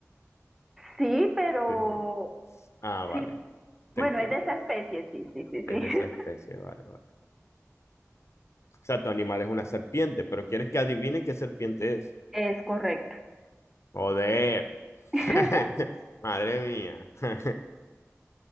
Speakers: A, in the centre; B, on the left.
A: sí, pero
B: Sí. Ah, vale,
A: sí,
B: te
A: bueno,
B: entiendo.
A: es de esa especie, sí, sí, sí,
B: Es
A: sí, <laughs>
B: de esa especie, vale, vale. O sea, tu animal es una serpiente, pero quieres que adivine qué serpiente es.
A: es correcto.
B: Joder.
A: <laughs>
B: <laughs> Madre mía. <laughs>